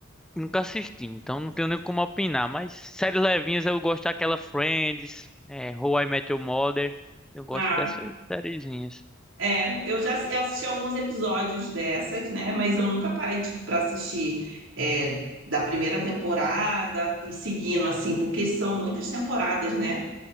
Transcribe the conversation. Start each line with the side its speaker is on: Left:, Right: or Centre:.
Centre: nunca assisti, então não tenho nem como opinar. Mas séries levinhas eu gosto daquela Friends, é, How I Met Your Mother. Eu gosto
Right: Ah,
Centre: dessas sériezinhas.
Right: é. Eu já eu assisti alguns episódios dessas, né? Mas eu nunca parei, tipo, para assistir é, da primeira temporada e seguindo, assim, porque são muitas temporadas, né?